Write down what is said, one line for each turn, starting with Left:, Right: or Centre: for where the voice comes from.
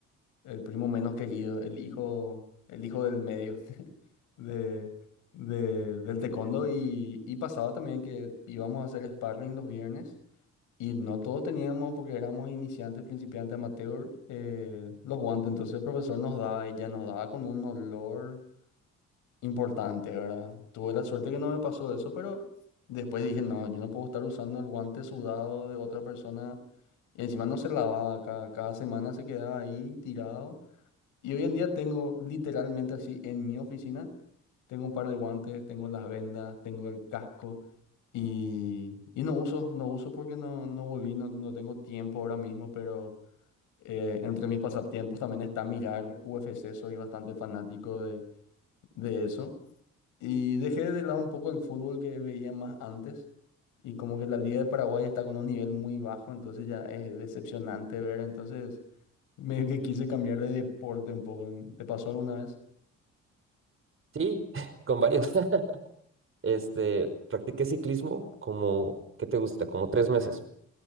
Left: el primo menos querido, el hijo, el hijo del medio <laughs> de, de- del taekwondo. Y, y pasaba también que íbamos a hacer sparring los viernes. Y no todos teníamos, porque éramos iniciantes, principiantes, amateur, eh, los guantes. Entonces el profesor nos daba, ella nos daba con un olor importante, ¿verdad? Tuve la suerte que no me pasó eso, pero después dije, no, yo no puedo estar usando el guante sudado de otra persona. Y encima no se lavaba, cada, cada semana se quedaba ahí tirado. Y hoy en día tengo literalmente así en mi oficina, tengo un par de guantes, tengo las vendas, tengo el casco y, y no uso, no uso porque no, no volví, no, no tengo tiempo ahora mismo, pero eh, entre mis pasatiempos también está mirar UFC, soy bastante fanático de, de eso. Y dejé de lado un poco el fútbol que veía más antes. Y como que la Liga de Paraguay está con un nivel muy bajo, entonces ya es decepcionante ver. Entonces, medio que quise cambiar de deporte un poco. ¿no? ¿Te pasó alguna vez?
Right: Sí, <laughs> con varios. <laughs> Este, practiqué ciclismo como, ¿qué te gusta? Como tres meses.